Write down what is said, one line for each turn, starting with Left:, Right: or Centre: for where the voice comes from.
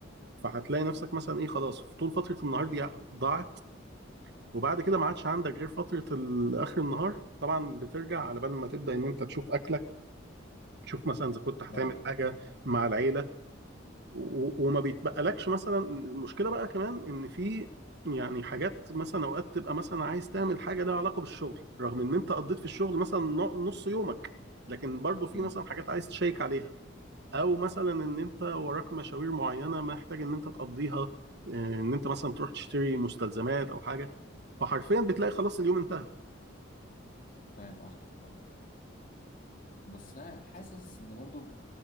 Right: فهتلاقي نفسك مثلا ايه خلاص في طول فترة النهار دي ضاعت وبعد كده ما عادش عندك غير فترة ال- اخر النهار طبعا بترجع على بال ما تبدأ ان انت تشوف اكلك تشوف مثلا اذا كنت هتعمل
Left: آه.
Right: حاجة مع العيلة و- وما بيتبقلكش مثلا المشكله بقى كمان ان في يعني حاجات مثلا اوقات تبقى مثلا عايز تعمل حاجه لها علاقه بالشغل رغم ان انت قضيت في الشغل مثلا ن- نص يومك لكن برضو في
Left: أمم.
Right: مثلا حاجات عايز تشيك عليها او مثلا ان انت وراك مشاوير معينه محتاج ان انت تقضيها آه، ان انت مثلا تروح تشتري مستلزمات او حاجه فحرفيا بتلاقي خلاص اليوم انتهى
Left: فاهم قصدك اه بس أنا حاسس ان برضو